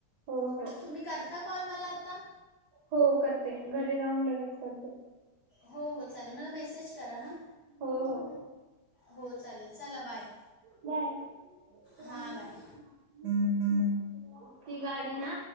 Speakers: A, on the right; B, on the left.
A: हो हो.
B: तुम्ही करता कॉल मला आता
A: हो करते घरी जाऊन लगेच करते
B: हो-हो चालेल मला मेसेज करा हं
A: हो हो.
B: हो चालेल चला बाय
A: बाय. <unintelligible>
B: हां बाय
A: ती गाडी ना